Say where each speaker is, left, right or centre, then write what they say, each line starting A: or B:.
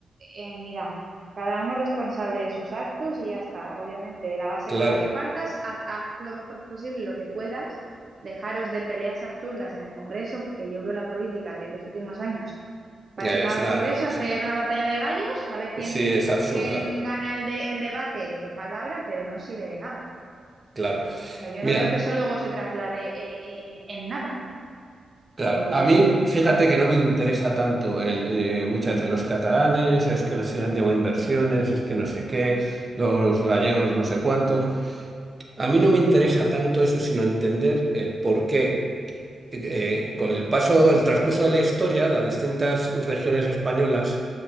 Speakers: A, on the right; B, on the right.
A: eh, mira, cada uno responsable de sus actos y ya está, obviamente. De la base
B: Claro,
A: con la que partas, haz, haz lo mejor posible, lo que puedas. Dejaros de peleas absurdas en el Congreso, porque yo veo la política que en los últimos años parece
B: eh,
A: que va
B: es
A: al
B: una...
A: Congreso a hacer una batalla de gallos, a ver quién,
B: Sí, es absurda,
A: quién gana el, de- el debate de palabra, pero no sirve de nada.
B: claro.
A: O sea, yo
B: Mira,
A: no veo que
B: eh,
A: eso luego se traslade eh, eh, eh, en nada.
B: claro,
A: O
B: a mí
A: quiz-
B: fíjate que no me interesa tanto el, eh, muchas veces los catalanes, es que les han llevado inversiones, es que no sé qué, los gallegos no sé cuántos. A mí no me interesa tanto eso, sino entender el por qué, eh, con el paso, el transcurso de la historia, las distintas regiones españolas